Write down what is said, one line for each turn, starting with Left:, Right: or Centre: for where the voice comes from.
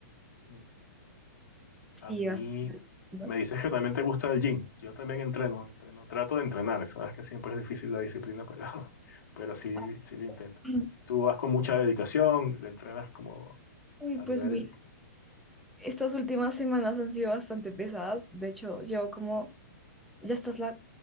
Left: Mm.
Centre: Sí,
Left: A mí
Centre: bastante, ¿no?
Left: me dices que también te gusta el gym. Yo también entreno, entreno, trato de entrenar. Sabes que siempre es difícil la disciplina, pero, <laughs> pero sí,
Centre: Ah,
Left: sí lo intento.
Centre: <clears throat>
Left: Tú vas con mucha dedicación, le entrenas como
Centre: Uy,
Left: a
Centre: pues
Left: nivel...
Centre: mira, estas últimas semanas han sido bastante pesadas. De hecho, llevo como Ya estás la,